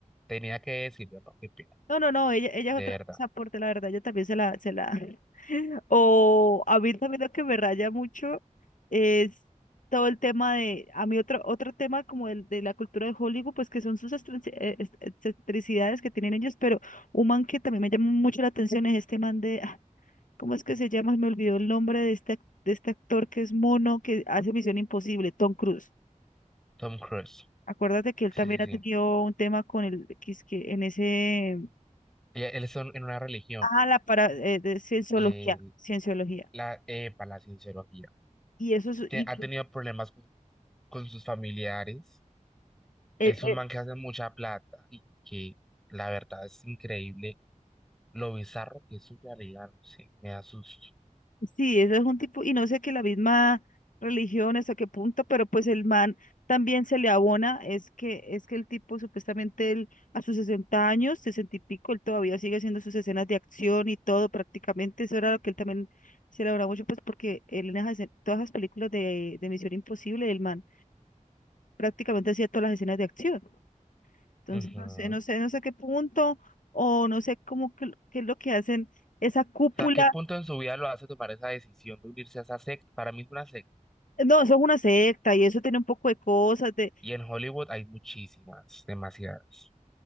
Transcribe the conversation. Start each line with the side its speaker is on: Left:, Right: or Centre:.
Centre: Tenía que decirlo, ¿no? Qué pena.
Left: No, no, no, ella, ella
Centre: De
Left: es otra
Centre: verdad.
Left: cosa aporte, la verdad, yo también se la, se la. <laughs> O a mí también lo que me raya mucho es todo el tema de, a mí otro, otro tema como el de la cultura de Hollywood, pues que son sus extrinsi- eh, ex- excentricidades que tienen ellos, pero un man que también me llama mucho la atención es este man de, ah, ¿cómo es que se llama? Me olvidó el nombre de este, ac- de este actor que es mono, que hace Misión Imposible, Tom Cruise.
Centre: Tom Cruise.
Left: Acuérdate que él
Centre: Sí,
Left: también
Centre: sí, sí.
Left: ha tenido un tema con el, que es que en ese
Centre: Y él es un- en una religión.
Left: Ah, la para eh, de cienciología,
Centre: eh,
Left: cienciología.
Centre: la, para la cienciología.
Left: Y eso es,
Centre: Te-
Left: y,
Centre: Ha tenido
Left: y-
Centre: problemas con, con sus familiares
Left: eh,
Centre: Es un
Left: eh,
Centre: man que hace mucha plata y que la verdad es increíble lo bizarro que es su realidad, no sé, me asusto.
Left: sí, eso es un tipo, y no sé que la misma religión hasta qué punto, pero pues el man también se le abona, es que, es que el tipo supuestamente él, a sus 60 años, 60 y pico, él todavía sigue haciendo sus escenas de acción y todo prácticamente, eso era lo que él también se le abona mucho, pues porque él en esas todas las películas de, de Misión Imposible, el man prácticamente hacía todas las escenas de acción. Entonces,
Centre: Ujú.
Left: no sé, no sé, no sé qué punto, o no sé cómo, que- qué, es lo que hacen esa cúpula.
Centre: O sea, ¿qué punto en su vida lo hace tomar esa decisión de unirse a esa secta? Para mí es una secta.
Left: No, eso es una secta y eso tiene un poco de cosas de...
Centre: Y en Hollywood hay muchísimas, demasiadas.